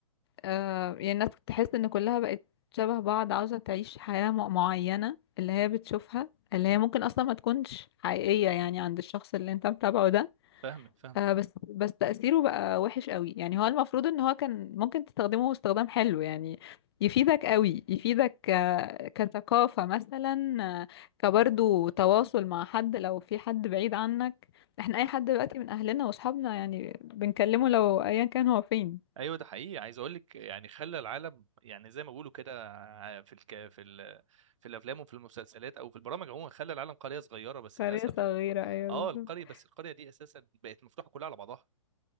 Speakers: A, on the left (about 45°); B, on the right (about 60°).
A: آه، يعني الناس تحس ان كلها بقت شبه بعض عاوزة تعيش حياة م- معينة اللي هي بتشوفها اللي هي ممكن اصلا ما تكونش حقيقية يعني عند الشخص اللي انت متابعه ده
B: فاهمك فاهم
A: آه بس بس تأثيره بقى وحش قوي يعني هو المفروض ان هو كان ممكن تستخدمه استخدام حلو يعني يفيدك قوي يفيدك آه، كثقافة مثلا آه، كبرضو تواصل مع حد لو في حد بعيد عنك احنا اي حد دلوقتي من اهلنا واصحابنا يعني بنكلمه لو ايا كان هو فين
B: ايوه ده حقيقي عايز اقول لك يعني خلى العالم يعني زي ما بيقولوا كده ع- في الك... في ال... في الافلام وفي المسلسلات او في البرامج عموما خلى العالم قريه صغيره بس
A: قرية
B: للاسف
A: صغيرة
B: الق...
A: أيوة
B: اه
A: بالظبط
B: القريه بس القريه دي اساسا بقت مفتوحه كلها على بعضها